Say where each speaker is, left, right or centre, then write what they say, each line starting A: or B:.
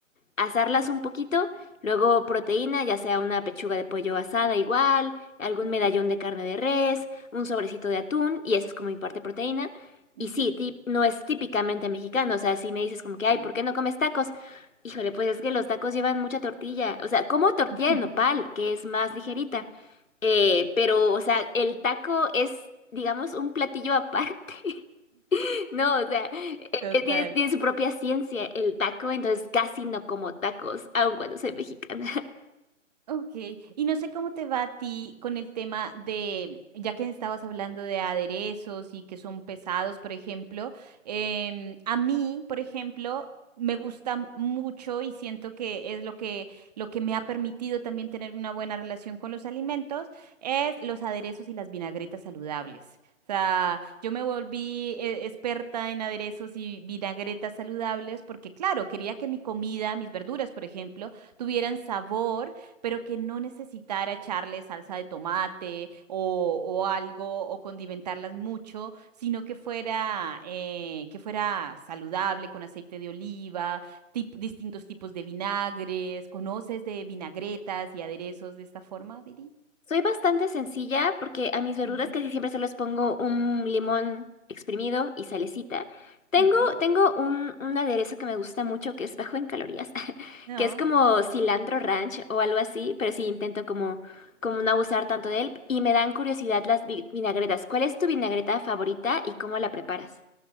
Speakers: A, on the left; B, on the right.
A: asarlas un poquito, luego proteína, ya sea una pechuga de pollo asada igual, algún
B: ujú,
A: medallón de carne de res, un sobrecito de atún, y esa es como mi parte proteína.
B: ujú.
A: Y sí, ti- no es típicamente mexicano, o sea, si me dices como que, ay,
B: Sí.
A: ¿por qué no comes tacos? Híjole, pues es que los tacos llevan mucha tortilla, o sea, como tortilla
B: <laughs>
A: de nopal, que es más ligerita, eh, pero, o sea, el taco es, digamos, un platillo aparte, <laughs> no, o sea, eh,
B: Total.
A: eh, tiene, tiene su propia ciencia el taco, entonces casi no como tacos, aun cuando soy mexicana.
B: Ok, y no sé cómo te va a ti con el tema de, ya que estabas hablando de aderezos y que son pesados, por ejemplo, em, a mí, por ejemplo, me gusta mucho y siento que es lo que, lo que me ha permitido también tener una buena relación con los alimentos, es los aderezos y las vinagretas saludables. O sea, yo me volví eh, experta en aderezos y vinagretas saludables porque, claro, quería que mi comida, mis verduras, por ejemplo, tuvieran sabor pero que no necesitara echarle salsa de tomate o, o algo o condimentarlas mucho, sino que fuera, eh, que fuera saludable con aceite de oliva, tip- distintos tipos de vinagres. ¿Conoces de vinagretas y aderezos de esta forma, Viri?
A: Soy bastante sencilla porque a mis verduras
B: Ujú,
A: casi siempre se les pongo un limón exprimido y salecita. Tengo,
B: ujú.
A: tengo un, un aderezo que me gusta mucho que es bajo en calorías, <laughs>
B: No.
A: que es como cilantro ranch o algo así, pero sí intento como, como no abusar tanto de él. Y me dan curiosidad las vi- vinagretas. ¿Cuál es tu vinagreta favorita y cómo la preparas?